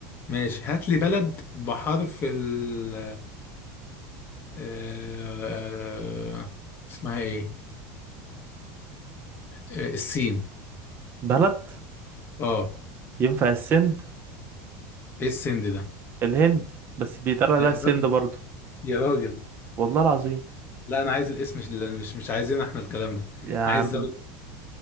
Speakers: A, on the left; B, on the right.
A: ماشي هات لي بلد بحرف ال آه، اسمها ايه آه، السين
B: بلد
A: اه
B: ينفع السند
A: ايه السند ده
B: الهند بس بيتقال
A: يا
B: لها السند
A: را-
B: برضو
A: يا راجل
B: والله العظيم
A: لا انا عايز الاسم مش مش مش عايزين احنا الكلام ده
B: يا عم
A: انا عايز دولة